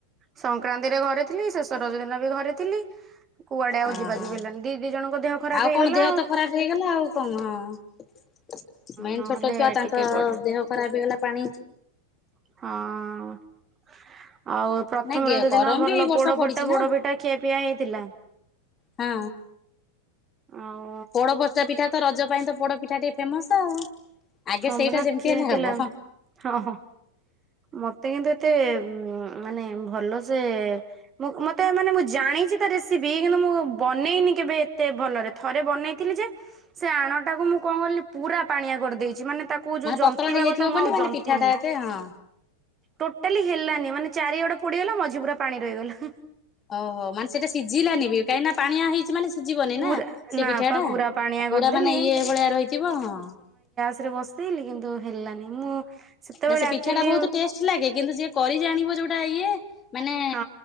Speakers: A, on the right; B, on the left.
A: ସଂକ୍ରାନ୍ତି ରେ ଘରେ ଥିଲି ଶେଷ ରଜ ଦିନ ବି ଘରେ ଥିଲି କୁଆଡେ ଆଉ
B: ଅ
A: ଯିବା
B: ହଁ
A: ଯିବି ହେଲାନି ଦି ଦି ଜଣଙ୍କ ଦେହ ଖରାପ
B: ଆଉ
A: ହେଇଗଲା
B: କଣ ଦେହ ତ ଖରାପ ହେଇଗଲା ଆଉ କଣ ହଁ। ମେନ୍
A: ନହେଲେ
B: ଛୋଟ ଛୁଆ ତାଙ୍କ
A: ଟିକେ କୁଆଡେ
B: ଦେହ ଖରାପ ହେଇଗଲା। ପାଣି
A: ହଁ। ଆଉ ପ୍ରଥମ
B: ନାଇଁ
A: ରଜ
B: ଗରମ
A: ଦିନ ଭଲ
B: ବି ଏଇ ବର୍ଷ
A: ପୋଡ
B: ପଡିଛି
A: ଫଟା ପୋଡ
B: ନା
A: ପିଠା ଖିଆ ପିଆ ହେଇଥିଲା।
B: ହଁ
A: ଆଉ
B: ପୋଡପଚା ପିଠା ତ ରଜ ପାଇଁ ତ ପୋଡ ପିଠା ଟିକେ ଫେମସ୍ ଆଉ ଆଗେ
A: ହଁ
B: ସେଇଟା
A: ପରା
B: ଯେମିତି
A: ଖିଆ
B: ହେଲେ
A: ହେଇଥିଲା
B: ହବ।
A: ହଁ ହଁ। ମତେ କିନ୍ତୁ ଏତେ ମାନେ ଭଲସେ ମୁଁ ମତେ ମାନେ ମୁଁ ଜାଣିଚି ତା ରେସିପି କିନ୍ତୁ ମୁଁ ବନେଇନି କେବେ ଏତେ ଭଲରେ ଥରେ ବନେଇଥିଲି ଯେ ସେ ଆଣ ଟାକୁ ମୁଁ କଣ କିଲି ପୁରା ପାଣିଆ କରିଦେଇଚି ମାନେ ତା କୁ ଯୋଉ
B: ମାନେ
A: ଜନ୍ତିବା
B: ପତଳା ହେଇଯାଇଥିବ
A: କଥା ମୁଁ
B: ବୋଲି
A: ଆଉ
B: ମାନେ
A: ଜନ୍ତିନି।
B: ପିଠାଟା ଏତେ ହଁ
A: ଟୋଟାଲି ହେଲାନି ମାନେ ଚାରିଆଡ ପୋଡିଗଲା ମଝି ପୁରା ପାଣି ରହିଗଲା।
B: ଓହୋ ମାନେ ସେଇଟା ସିଝିଲାନି ବି କାହିଁକିନା ପାଣିଆ ହେଇଚି ମାନେ ସିଝିବନି
A: ପୁରା
B: ନା ସେ
A: ନା
B: ପିଠାଟା।
A: ପା ପୁରା ପାଣିଆ କରିଦେଲି।
B: ପୁରା ମାନେ ଇଏ ଭଳିଆ ରହିଥିବ ହଁ।
A: ସେଥିରେ ବସେଇଲିି କିନ୍ତୁ ହେଲାନି ମୁଁ ସେତେବେଳେ
B: ନା ସେ ପିଠା
A: ଆକ୍ଚୁଆଲି
B: ଟା ବୋହୁତ ଟେଷ୍ଟ ଲାଗେ କିନ୍ତୁ ଯିଏ କରି ଜାଣିବ ଯୋଉଟା ଇଏ ମାନେ
A: ହଁ